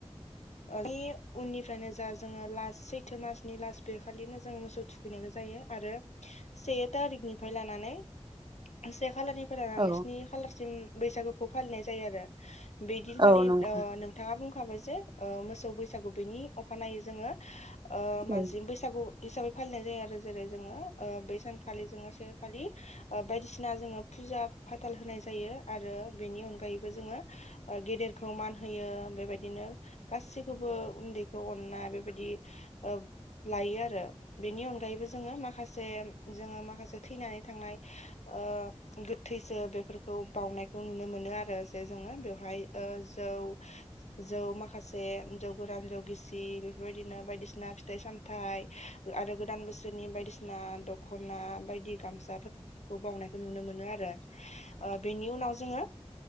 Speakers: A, on the left (about 85°); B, on the right (about 40°).
A: <inaudible> उननिफ्रायनो जा जोङो लास सैथो मासनि लास बे खालिनो जोङो मोसौ थुखैनायबो जायो आरो से थारिखनिफ्राय लानानै <unintelligible> से खालारनिफ्राय लानानै
B: औ
A: स्नि खालारसिम बैसागुखौ फालिनाय जायो आरो‌। बेदिनखालि
B: औ नंगौ
A: ओ नोंथाङा बुं खाबाय जे ओ मोसौ बैसागु बेनि अखानायै जोङो ओ
B: औ
A: मानसिम बैसागु हिसाबै फालिनाय जायो आरो जेरै जोङो ओ बै सानखालि जोङो खालि ओ बायदिसिना जोङो फुजा फाथाल होनाय जायो आरो बेनि अनगायैबो जोङो ओ गेदेरखौ मान होयो बेबायदिनो गासिखौबो उन्दैखौ अननाय बेबायदि ओ लायो आरो बेनि अनगायैबो जोङो माखासे जोङो माखासे थैनानै थांनाय ओ गोथैसो बेफोरखौ बावउनायखौ नुनो मोनो आरो जे जोङो बेवहाय ओ जौ जौ मा माखासे जौ गोरान जौ गिसि बेफोरबायदिनो बायदिसिना फिथाइ सामथाइ ओ आरो गोदान बोसोरनि बायदिसिना दख'ना बायदि गामसाफोरखौ बावनायखौ नुनो मोनो आरो ओ बेनि उनाव जोङो